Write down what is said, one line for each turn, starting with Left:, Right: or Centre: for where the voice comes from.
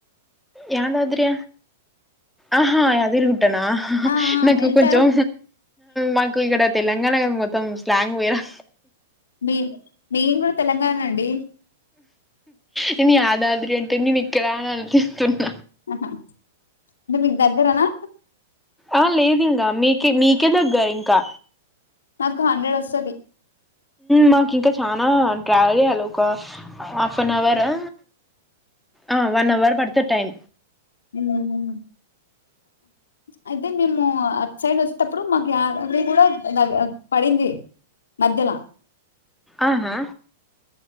Centre: యాదద్రి ఆహా యాద
Left: ఆ ఆ
Centre: నాకు
Left: ఎళ్తారా
Centre: కొంచెం మాకు ఇక్కడా తెలంగాణ మొత్తం స్లాంగ్ వేరా
Left: మేం మేము కూడా తెలంగాణ ఏ అండి.
Centre: నేను యాదాద్రి అంటే నేను ఇక్కడ అని ఆలోచిస్తున్న.
Left: ఆహ అంటే మీకు దగ్గరనా
Centre: ఆ లేదు ఇంకా మీకే మీకే దగ్గర ఇంకా
Left: నాకు హండ్రెడ్ వస్తది.
Centre: మాకు ఇంకా చనా ట్రావెల్ చేయ్యాలి ఒక హాఫ్ అన్ అవర్ ఆ ఆ వన్అవర్ పడుతది టైం.
Left: ఉమ్ అయితే మేము అటు సైడ్ వస్తపుడు మాకు యాదాద్రి కూడా పడింది మధ్యల
Centre: ఆహా